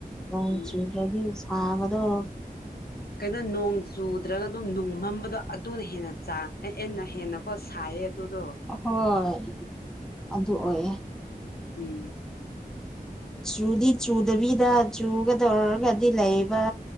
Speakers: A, in the centre; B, on the left.
A: ꯅ
B: ꯎꯝ
A: ꯆꯨꯗ꯭ꯔꯗꯤ ꯍꯥꯥ ꯃꯗꯨꯣ
B: ꯀꯩꯅꯣ ꯅꯣꯡ ꯆꯨꯗ꯭ꯔꯒ ꯑꯗꯨꯝ ꯅꯣꯡ ꯃꯝꯕꯗꯣ ꯑꯗꯨꯅ ꯍꯦꯟꯅ ꯆꯥꯡ ꯑꯦ ꯑꯟꯅ ꯍꯦꯟꯅꯀꯣ ꯁꯥꯏꯌꯦ ꯑꯗꯨꯗꯣ
A: ꯍꯣꯏ ꯑꯗꯨ ꯑꯣꯏꯌꯦ
B: ꯎꯝ
A: ꯆꯨꯗꯤ ꯆꯨꯗꯕꯤꯗ ꯆꯨꯒꯗꯧꯔꯒꯗꯤ ꯂꯩꯕ